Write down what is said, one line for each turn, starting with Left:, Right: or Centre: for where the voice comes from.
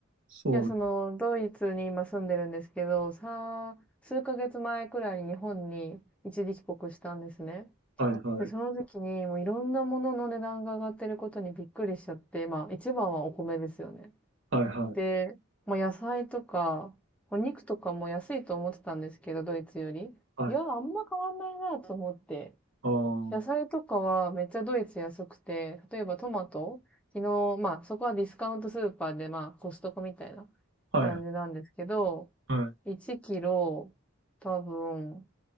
Right: そう、
Centre: いや、その、ドイツに今住んでるんですけど、さ、数ヶ月前くらいに日本に一時帰国したんですね。
Right: はいはい、
Centre: で、その時にもういろんなものの値段が上がってることにびっくりしちゃって、まあ一番はお米ですよね。
Right: はいはい、
Centre: で、まあ野菜とか、お肉とかも安いと思ってたんですけど、ドイツより。
Right: はい。
Centre: いや、あんま変わんないなと思って。
Right: ああ、は
Centre: 野菜とかはめっちゃドイツ安くて、例えばトマト、昨日、まあそこはディスカウントスーパーでまあコストコみたいな感じなんですけど、
Right: い、は
Centre: 1キロ多分